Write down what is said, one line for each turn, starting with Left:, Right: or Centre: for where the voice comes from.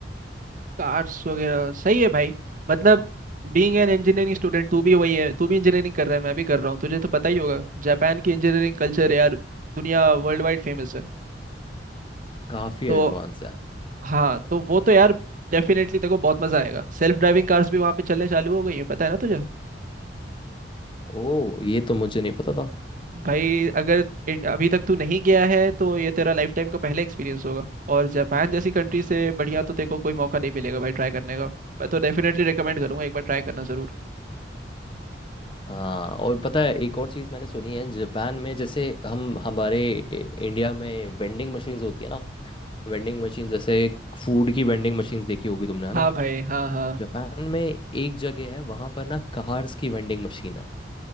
Right: कार्स वगैरह सही है भाई मतलब बीइंग एन इंजीनियरिंग स्टूडेंट तू भी वही है तू भी इंजीनियरिंग कर रहा है मैं भी कर रहा हूँ तुझे तो पता ही होगा जापान की इंजीनियरिंग कल्चर यार दुनिया वर्ल्ड वाइड फेमस है
Left: काफ़ी
Right: तो
Left: एडवांस है
Right: हाँ तो वो तो यार डेफिनेटली तेरे को बहुत मजा आएगा सेल्फ ड्राइविंग कार्स भी वहाँ पे चलने चालू हो गई है पता है ना तुझे
Left: ओ ये तो मुझे नहीं पता था
Right: भाई अगर इत- अभी तक तू नहीं गया है तो ये तेरा लाइफ टाइम का पहला एक्सपीरियंस होगा और जापान जैसी कंट्री से बढ़िया
Left: यार
Right: तो तेरे को कोई मौका नहीं मिलेगा भाई ट्राई करने का मैं तो डेफिनेटली रिकमेंड करूंगा एक बार ट्राई करना जरूर
Left: हाँ और पता है एक और चीज़ मैंने सुनी है जापान में जैसे हम हमारे इंडिया में वेंडिंग मशीन्स होती है ना वेंडिंग मशीन जैसे फूड की वेंडिंग मशीन्स देखी होगी तुमने है
Right: हाँ
Left: ना
Right: भाई हाँ हाँ
Left: जापान में एक जगह है वहां पर ना कार्स की वेंडिंग मशीन है